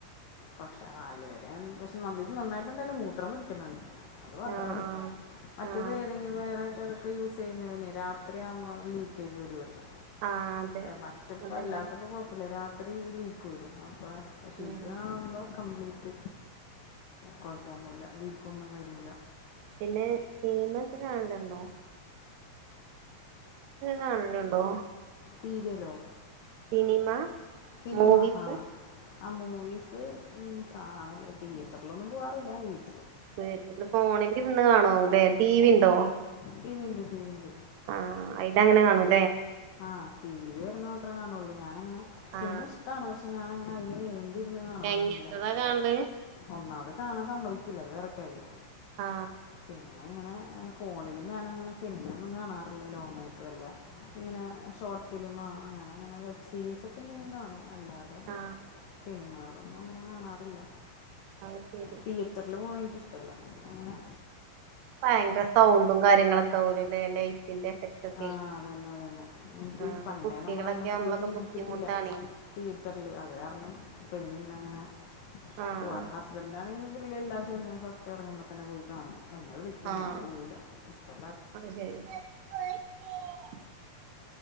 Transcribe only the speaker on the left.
പക്ഷെ നല് വേര പക്ഷെ നിത് നന്നായിട്ട് എന്തായാലും മൂത്രം പിടിക്കണണ്ട് അത് മാത്രറിയും
മറ്റേത്
ഏതെങ്കിലും വേറെക്കെ ത് ക്കെ യൂസെയ്യുമ്പഇവനെ രാത്രി ആവുമ്പോ ലീക്കേജ് വരുആയിര്ന്ന്
മറ്റപ്പ
അല്ലാത്തപ്പ കൊഴപ്പില്ല രാത്രി ഈ ലീക്ക് വരും അപ്പോ പക്ഷെ
ഇത് ആവുമ്പോ കംപ്ലീറ്റ് കൊഴപ്പൊന്നുല്ല ലീക്കൊന്നും വരൂല
സീരിയലോ
സിനിമ
ഹ അമൂ വിസ്‌ കാണല് തീയേറ്റർലൊന്നും പൂവാറില്ല വീട്ട
ടി വി ഉണ്ട് ടി വി ഉണ്ട്
ആഹ് ടിവില് വരുന്ന മാത്രെ കാണോള്ളൂ ഞാനങ്ങനെ സിനിമ
ഇഷ്ട്ടാണ് പക്ഷെ ഞാനങ്ങനെഅയ്ന് വേണ്ടി ഇരുന്ന് കാണാറൊന്നില്ല
ഒന്നാമത് കാണാൻ സമ്മതിക്കൂല അത് വേറെക്കാര്യം
പിന്നെ ഇങ്ങനെ ഫോണില് ഞാനങ്ങനെ സിനിമൊന്നും കാണാറില്ല ലോങ്ങായിട്ട് വല്ല ഇങ്ങനെ ഷോർട്ട് ഫിലിമ അങ്ങനെ അങ്ങനെ വെബ് സീരീസൊക്കെ എന്തെങ്കിലും കാണും അല്ലാതെ
സിനിമകളൊന്നും അങ്ങനെ കാണാറില്ല
തിീയേറ്ററില് പോണ എനിക്കിഷ്ടല്ല എങ്ങനെ
ആഹ അതന്നെ അതനെ എനിക്ക്
പണ്ടേ
നമ്മള അങ്ങനെ
പോയി ഷീലിച്ചിട്ടില്ല
പി ർല് അത് കാരണം ഇപ്പഴും പിന്നെ അങ്ങനെ
പോവാറ് ഹസ്ബന്റാണെങ്കി പുള്ളി എല്ലാ സിനിമയും ഫസ്റ്റ് എറങ്ങുമ്പതന്നെ പോയ്കാണും എന്നെ വിളിക്കും
ഞാൻ പോവൂല എനിക്കിഷ്ടല്ലാത്ത